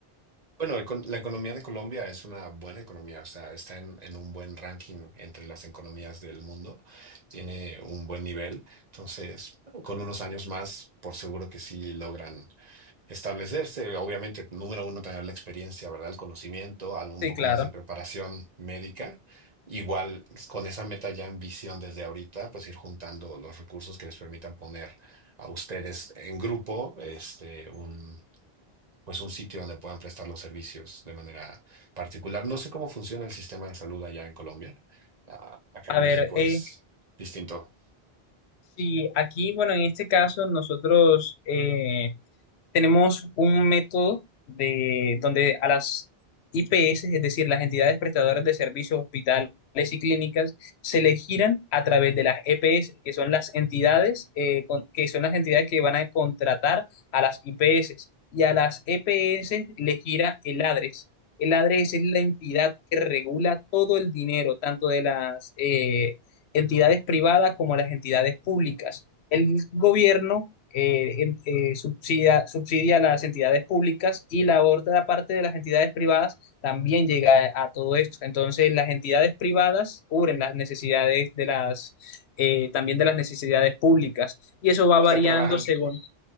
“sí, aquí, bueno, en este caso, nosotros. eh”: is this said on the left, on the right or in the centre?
Left